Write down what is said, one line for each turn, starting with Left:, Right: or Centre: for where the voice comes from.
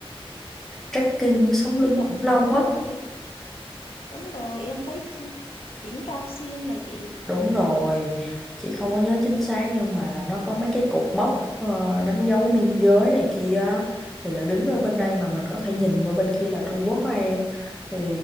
Centre: trekking sống
Left: mấy
Centre: lưng
Left: cái dọc
Centre: khủng long
Left: sườn núi
Centre: á.
Left: đúng không chị đúng rồi em thấy chi- đỉnh Cao Sim này chị
Centre: Đúng rồi, chị không có nhớ chính xác nhưng mà là nó có mấy cái cột mốc ờ, đánh dấu biên giới này kia á. thì là đứng ở bên đây mà mình có thể nhìn qua bên kia là Trung Quốc á em. Thì